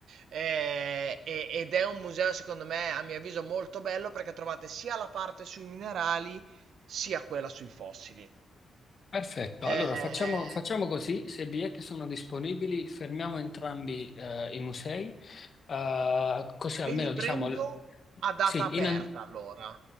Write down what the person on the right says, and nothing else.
eh, e- ed è un museo secondo me a mio avviso molto bello perché trovate sia la parte sui minerali sia quella sui fossili.
Eh,
ve li
prendo
a data
aperta
allora.